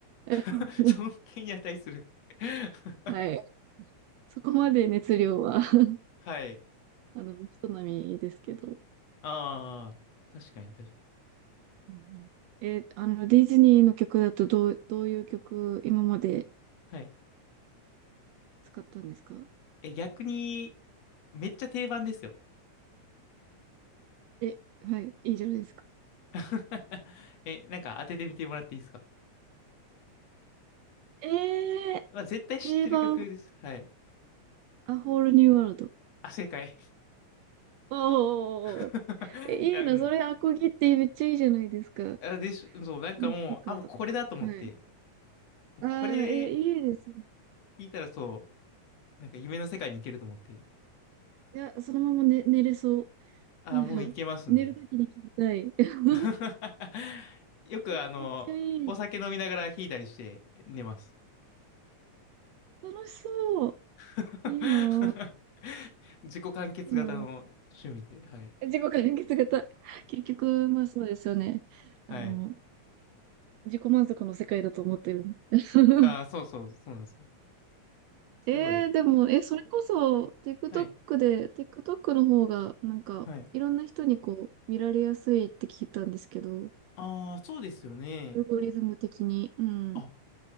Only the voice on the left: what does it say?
<laughs> 尊敬に値する <laughs>
はい。
ああ、確かに確かに。
はい
え、逆に、めっちゃ定番ですよ。
<laughs> え、なんか当ててみてもらっていいですか
まあ、絶対知ってる曲です。
はい。
あ、正解。
<laughs>
いや、
うん。
あ、でし、そう、なんかもう、
あ、もうこれだと思って、
これ
聞いたらそう、なんか夢の世界に行けると思って、
あ、
もう行けますね。
<laughs> よくあの、
お酒飲みながら弾いたりして寝ます。
<laughs>
自己完結型の趣味で、
はい。
はい。
ああ、そうそう、そうなんですよ。すごい。
はい。
はい。
ああ、そうですよね。
あ、